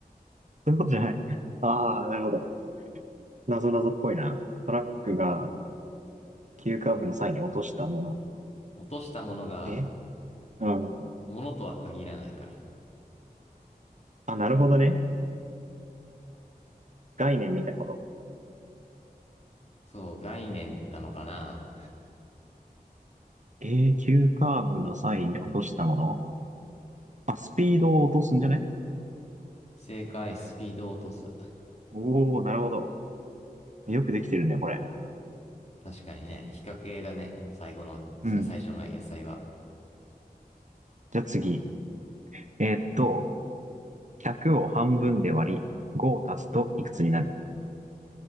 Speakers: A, on the right; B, on the left.
A: そういうことじゃない。<laughs> ああ、なるほど。なぞなぞっぽいな。トラックが急カーブの際に落としたもの。
B: 落としたものが、
A: えうん。
B: ものとは限らないから。
A: あ、なるほどね。概念みたいなこと。
B: そう、概念なのかな
A: えー、急カーブの際に落としたものあ、スピードを落とすんじゃね
B: 正解、スピードを落とす。
A: おー、なるほど。よくできてるね、これ。
B: 確かにね、っ掛系だね。最後の、最初の野菜は。
A: うん。じゃあ次。えーっと、100を半分で割り、5を足すといくつになる